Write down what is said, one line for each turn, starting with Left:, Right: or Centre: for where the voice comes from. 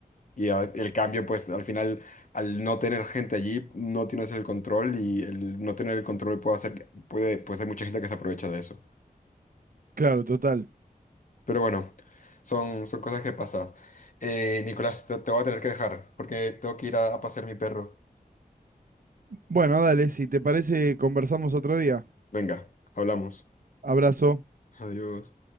Left: Y a- el cambio, pues al final, al no tener gente allí, no tienes el control y el no tener el control puede hacer, puede, pues hay mucha gente que se aprovecha de eso.
Right: claro, total.
Left: Pero bueno, son, son cosas que pasan. Eh, Nicolás, te, te voy a tener que dejar porque tengo que ir a a pasear mi perro.
Right: Bueno, dale, si te parece, conversamos otro día.
Left: Venga, hablamos.
Right: Abrazo.
Left: Adiós.